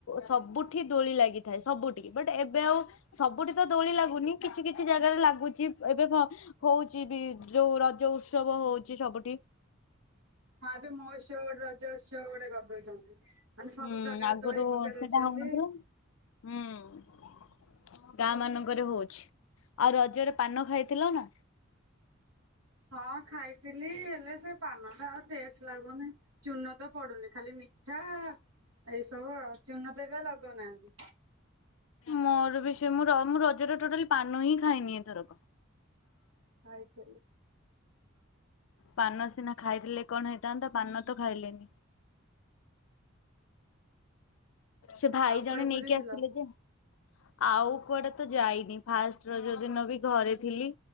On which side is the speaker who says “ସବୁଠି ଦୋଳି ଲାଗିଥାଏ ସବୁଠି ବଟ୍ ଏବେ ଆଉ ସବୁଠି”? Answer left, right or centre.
Left